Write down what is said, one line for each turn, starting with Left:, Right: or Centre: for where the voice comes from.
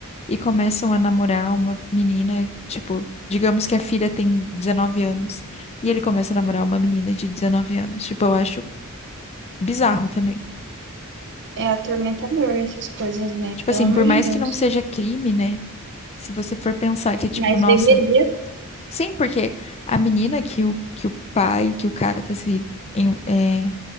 Left: e começam a namorar uma menina, tipo, digamos que a filha tem 19 anos e ele começa a namorar uma menina de 19 anos. Tipo, eu acho bizarro também.
Right: É atormentador essas coisas, né?
Left: Tipo
Right: Pelo
Left: assim,
Right: amor
Left: por mais
Right: de Deus.
Left: que não seja crime, né? Se você for pensar que, tipo,
Right: Mas
Left: nossa.
Right: deveria.
Left: Sim, porque a menina que o, que o pai, que o cara tá se, em- é,